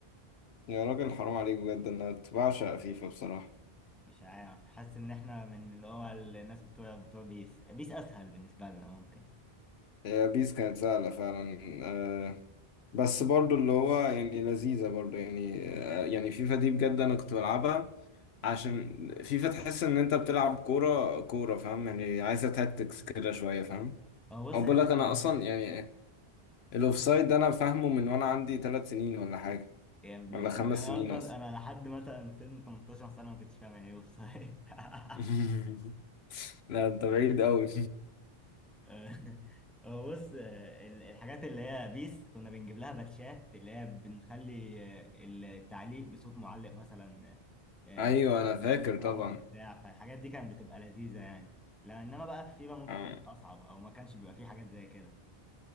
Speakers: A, on the left; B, in the centre.
A: يا راجل حرام عليك بجد انا كنت بعشق فيفا بصراحه
B: مش عارف حاسس إن إحنا من اللي هو الناس بتوع بتوع بيس بيس أسهل بالنسبة لنا ممكن
A: هي بيس كانت سهله فعلا آه، بس برضو اللي هو يعني لذيذة برضو يعني آه، يعني فيفا دي بجد أنا كنت بلعبها عشان فيفا تحس إن أنت بتلعب كورة كورة فاهم يعني عايزة تاكتكس كده شوية فاهم
B: هو بص
A: أو بقول
B: إحنا
A: لك
B: <laughs>
A: أنا
B: كنا-
A: أصلا يعني الأوفسايد ده أنا فاهمه من وأنا عندي ثلاث سنين ولا حاجة
B: يا ابن
A: ولا
B: الذين
A: خمس
B: أنا
A: سنين
B: أصلا
A: أصلا
B: أنا لحد مثلا سن 18 سنة ما كنتش فاهم يعني إيه أوفسايد <laughs>
A: <laughs> لا أنت بعيد أوي
B: آه، <laughs> هو بص آه، ال- الحاجات اللي هي بيس كنا بنجيب لها باتشات اللي هي بنخلي آه، التعليق بصوت معلق مثلا آه،
A: <laughs> أيوه أنا
B: معلق
A: فاكر
B: عربي
A: طبعا
B: بتاع فالحاجات دي كانت بتبقى لذيذة يعني لا انما بقى في فيفا ممكن
A: آه.
B: تكون اصعب او ما كانش بيبقى فيه حاجات زي كده